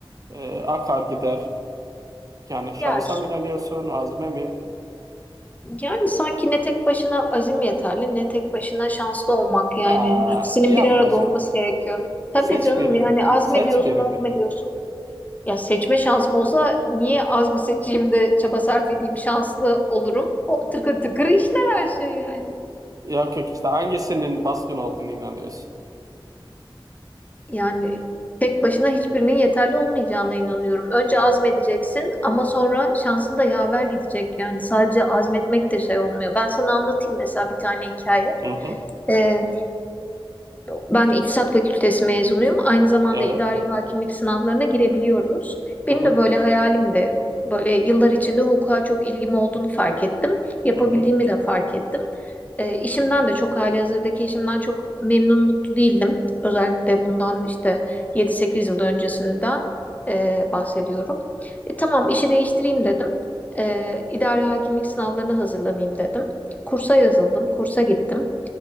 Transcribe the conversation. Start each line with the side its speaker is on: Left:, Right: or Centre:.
Right: e, akar gider. Yani şansa
Left: Ya,
Right: mı inanıyorsun, azme mi?
Left: yani sanki ne tek başına azim yeterli ne tek başına şanslı olmak yani.
Right: Ya
Left: İkisinin
Right: yapma
Left: bir arada
Right: şimdi.
Left: olması gerekiyor. Tabii
Right: Seç
Left: canım
Right: birini.
Left: yani azmediyorsun
Right: Seç birini.
Left: azmediyorsun. Ya seçme şansım olsa niye azmi seçeyim de çaba sarf edeyim şanslı olurum. Hop tıkır tıkır işler her şey yani.
Right: Yok yok işte hangisinin baskın olduğunu inanıyorsun?
Left: Yani tek başına hiçbirinin yeterli olmayacağına inanıyorum. Önce azmedeceksin ama sonra şansın da yaver gidecek. Yani sadece azmetmek de şey olmuyor. Ben sana anlatayım mesela bir tane hikaye.
Right: Hı hı.
Left: Ee, Ben İktisat Fakültesi mezunuyum. Aynı zamanda
Right: Evet.
Left: idari hakimlik sınavlarına girebiliyoruz. Benim
Right: Hı hı.
Left: de böyle hayalimdi. Böyle yıllar içinde hukuka çok ilgim olduğunu fark ettim. Yapabildiğimi
Right: Hı hı.
Left: de fark ettim. E, işimden de çok halihazırdaki işimden çok memnun mutlu değildim. Özellikle bundan işte 7-8 yıl öncesinden e, bahsediyorum. E, tamam işi değiştireyim dedim. E, idari hakimlik sınavlarına hazırlanayım dedim. Kursa yazıldım, kursa gittim.